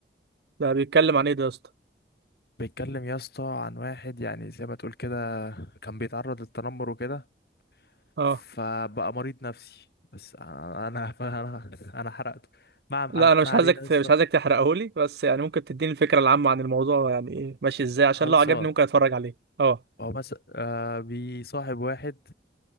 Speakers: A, on the right (about 65°); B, on the left (about 60°).
A: ده بيتكلم عن ايه ده يا اسطى
B: بيتكلم يا اسطى عن واحد يعني زي ما تقول كده كان بيتعرض للتنمر وكده
A: اه
B: فبقى مريض نفسي بس انا انا <laughs> انا, أنا حرقته ما عم-
A: لا انا
B: ما
A: مش
B: علينا
A: عايزك ت-
B: لسه
A: مش عايزك تحرقه لي بس يعني ممكن تديني الفكره العامه عن الموضوع يعني ايه ماشي ازاي عشان
B: خلصان
A: لو عجبني ممكن اتفرج عليه اه
B: هو مثلا آه بيصاحب واحد